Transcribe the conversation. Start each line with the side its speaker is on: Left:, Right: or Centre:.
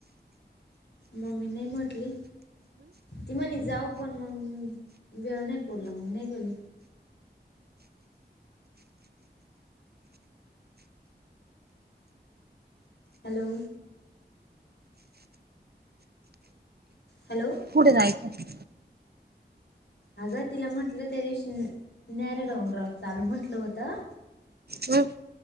Left: मम्मी नाही म्हटली, ती म्हणे जाऊ पण मग वेळ नाही पुरला मग नाही गेलो. हॅलो हॅलो,
Right: कुठे जायच?
Left: अगं तिला म्हटलं त्या दिवशी नर डोंगरा हो चाल म्हटलं होतं.
Right: हं.